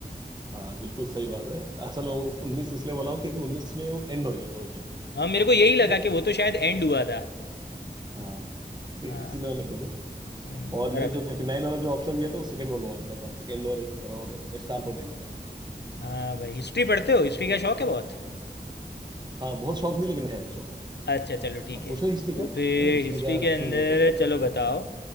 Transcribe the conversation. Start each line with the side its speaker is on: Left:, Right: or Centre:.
Right: हाँ बिल्कुल सही बात है असल वो उन्नीस इसलिए बोला हूँ क्योंकि उन्नीस में वो एंड हो गया था वो जंग
Left: हाँ मेरे को यही लगा
Right: जो
Left: कि वो तो शायद एंड हुआ था
Right: हाँ इ-
Left: हाँ
Right: इसीलिए मैंने पूछा
Left: हम्म,
Right: और
Left: बराबर
Right: ये जो थर्टी नाइन वाला जो ऑप्शन दिया था वो सेकेंड वर्ल्ड वॉर का था एंड और और स्टार्ट और एंड का
Left: है। हाँ भाई हिस्ट्री पढ़ते हो हिस्ट्री का शौक है बहुत
Right: हाँ बहुत शौक नहीं लेकिन है शौक
Left: अच्छा चलो ठीक
Right: अब
Left: है
Right: पूछो हिस्ट्री
Left: तो
Right: का अगर
Left: फिर
Right: हिस्ट्री
Left: हिस्ट्री
Right: का
Left: के
Right: क्विज
Left: अंदर
Right: हो तो
Left: चलो बताओ